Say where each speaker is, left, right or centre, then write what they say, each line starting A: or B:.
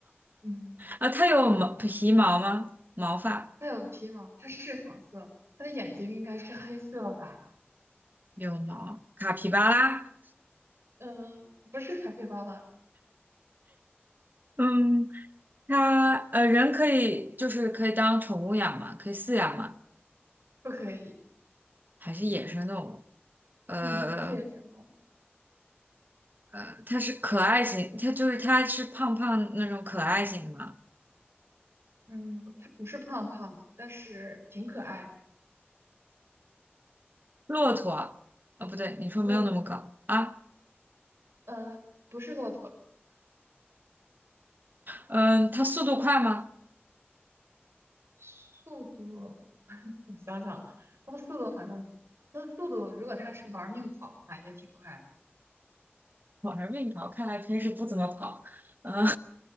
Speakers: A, on the right; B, on the right.
A: 嗯。
B: 啊、它有毛皮毛吗？毛发？
A: 它有皮毛，它是黄色，它的眼睛应该是黑色吧？
B: 有毛，卡皮巴拉。
A: 嗯嗯，不是卡皮巴拉，
B: 嗯，它呃，人可以就是可以当宠物养嘛，可以饲养嘛，
A: 不可以。
B: 还是野生动物？呃
A: 嗯，谢谢生动物
B: 呃，它是可爱型，它就是它是胖胖那种可爱型的嘛。
A: 嗯，它不是胖胖的，但是挺可爱的。
B: 骆驼啊，哦不对，你说没有那么高啊？
A: 呃呃，不是骆驼，
B: 嗯，它速度快吗？
A: 速度，<laughs> 我想想，它的速度好像，它的速度，如果它是玩命跑的话，也挺快的。
B: 我还是慢跑，看来平时不怎么跑。嗯，